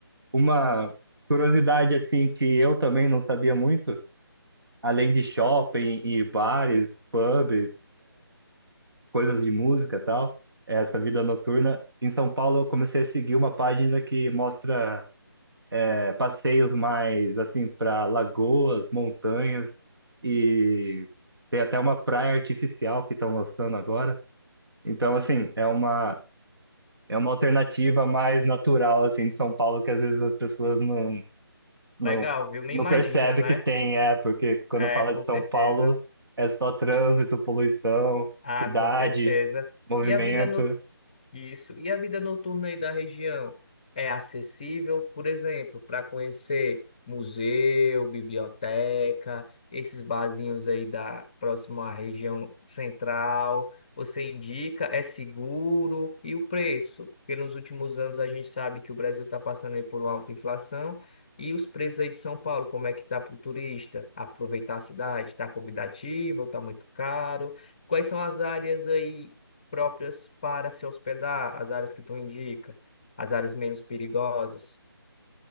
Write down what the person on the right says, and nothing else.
Uma curiosidade assim que eu também não sabia muito, além de shopping e bares, pub, coisas de música e tal, é essa vida noturna. Em São Paulo eu comecei a seguir uma página que mostra é, passeios mais assim para lagoas, montanhas e tem até uma praia artificial que estão lançando agora. Então assim, é uma é uma alternativa mais natural assim de São Paulo que às vezes as pessoas não não,
não
percebe
que tem, é, porque quando
fala
de São
Paulo é só trânsito, poluição,
cidade,
movimento.